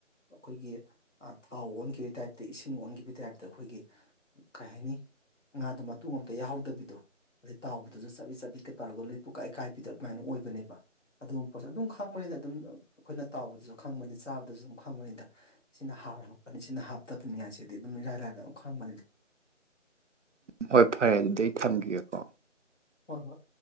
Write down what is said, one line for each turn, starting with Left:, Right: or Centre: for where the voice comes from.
Left: ꯑꯩꯈꯣꯏꯒꯤ ꯊꯥꯎ ꯑꯣꯟꯈꯤꯕꯒꯤ ꯇꯥꯏꯞꯇ ꯏꯁꯤꯡ ꯑꯣꯟꯈꯤꯕꯒꯤ ꯇꯥꯏꯞꯇ ꯑꯩꯈꯣꯏꯒꯤ ꯀꯩ ꯍꯥꯏꯅꯤ ꯉꯥꯗꯣ ꯃꯇꫭꯡ ꯑꯝꯇ ꯌꯥꯍꯧꯗꯕꯤꯗꯣ ꯑꯗꯩ ꯇꯥꯎꯕꯗꯁꯨ ꯆꯥꯕꯤꯠ ꯆꯥꯕꯤꯠꯀ ꯇꯧꯔꯒ ꯂꯣꯏ ꯄꯨꯀꯥꯏ ꯀꯥꯏꯕꯤꯗ ꯑꯗꯨꯃꯥꯏꯅ ꯑꯣꯏꯕꯅꯦꯕ ꯑꯗꯨꯒꯨꯝꯕ ꯄꯣꯠꯁꯛ ꯑꯗꯨꯝ ꯈꯪꯕꯅꯤꯅ ꯑꯗꯨꯝ ꯑꯩꯈꯣꯏꯅ ꯇꯥꯎꯕꯗꯁꯨ ꯈꯪꯕꯅꯤꯅ ꯆꯥꯕꯗꯁꯨ ꯑꯗꯨꯝ ꯈꯪꯕꯅꯤꯗ ꯁꯤꯅ ꯍꯥꯔ ꯍꯥꯞꯄꯅꯤ ꯁꯤꯅ ꯍꯥꯞꯇꯕꯅꯤ ꯍꯥꯏꯁꯤꯗꯤ ꯑꯗꯨꯝ ꯏꯔꯥꯏ ꯂꯥꯏꯅ ꯑꯗꯨꯝ ꯈꯪꯕꯅꯤ
Right: ꯍꯣꯏ ꯐꯔꯦ ꯑꯗꯨꯗꯤ ꯑꯩ ꯊꯝꯒꯤꯒꯦꯀꯣ
Left: ꯍꯣꯏ ꯍꯣꯏ